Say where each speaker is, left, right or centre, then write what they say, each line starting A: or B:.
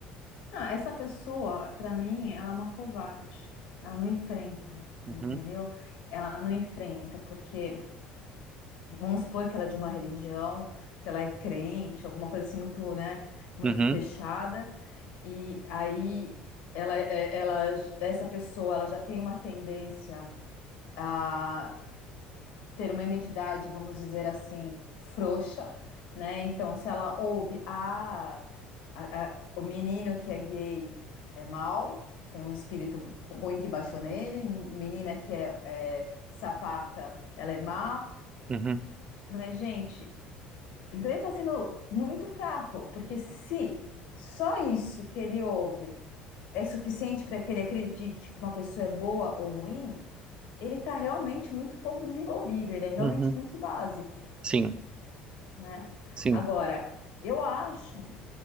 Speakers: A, on the left (about 80°); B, on the right (about 30°).
A: Não, essa pessoa, para mim, ela é uma covarde. Ela não enfrenta,
B: Uhum,
A: entendeu? Ela não enfrenta porque vamos supor que ela é de uma religião, se ela é crente, alguma coisa assim muito, né, muito
B: uhum,
A: fechada, e aí ela, é- ela, essa pessoa, ela já tem uma tendência a ter uma identidade, vamos dizer assim, frouxa, né? Então, se ela ouve, ah, a- a- o menino que é gay é mau, tem um espírito ruim que baixou nele, menina que é, é sapata, ela é má,
B: uhum,
A: mas, gente, Então ele está sendo muito fraco, porque se só isso que ele ouve é suficiente para que ele acredite que uma pessoa é boa ou ruim, ele está realmente muito pouco desenvolvido, ele é realmente
B: uhum.
A: muito básico,
B: Sim,
A: né?
B: sim.
A: Agora, eu acho